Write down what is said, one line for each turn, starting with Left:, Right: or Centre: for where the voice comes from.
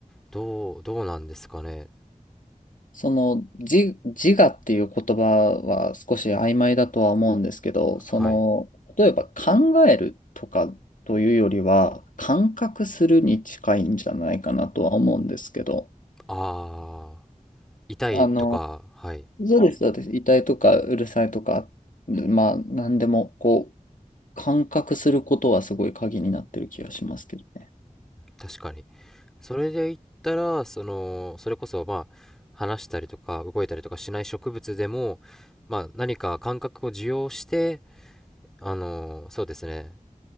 Centre: どうどうなんですかね
Left: その自、自我っていう言葉は少し曖昧だとは思うんですけど、その、
Centre: はい
Left: 例えば考えるとかというよりは、感覚するに近いんじゃないかなとは思うんですけど、
Centre: ああ痛いとかはい
Left: あの、そうです、そうです。痛いとかうるさいとか、まあ、なんでも、こう、感覚することはすごい鍵になってる気がしますけどね。
Centre: 確かにそれで言ったら、その、それこそ、まあ、話したりとか、動いたりとかしない植物でも、まあ、何か感覚を受容して、あの、そうですね、